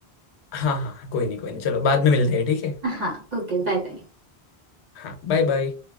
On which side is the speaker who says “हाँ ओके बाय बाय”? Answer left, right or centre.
Right